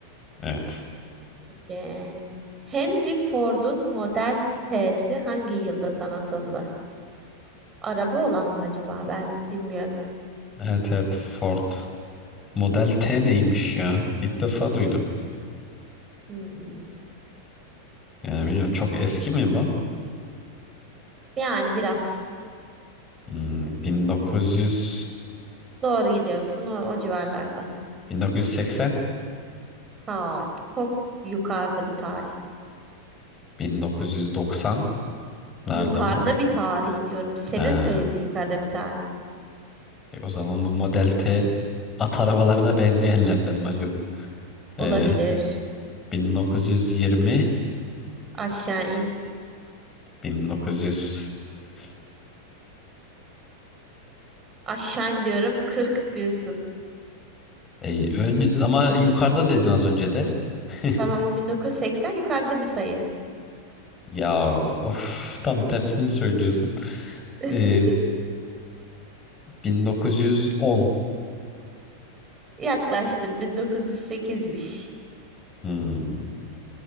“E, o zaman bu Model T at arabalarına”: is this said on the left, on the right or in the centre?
Left